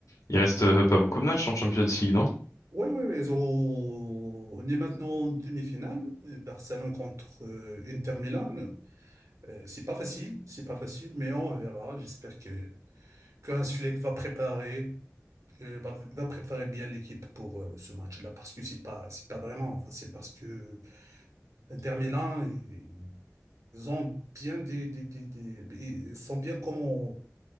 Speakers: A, on the left; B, on the right.
A: il reste euh, pas beaucoup de matchs en Champions League, non?
B: Oui, oui, oui. On on est maintenant en demi-finale. euh, Barcelone contre euh, Inter Milan. Euh, c'est pas facile, c'est pas facile, mais on verra. J'espère que, que Hans Flick va préparer, euh, va va préparer bien l'équipe pour euh, ce match-là, parce que c'est pas, c'est pas vraiment facile, parce que Inter Milan, ils ils ont bien des, des, des- des- ils sont bien comment,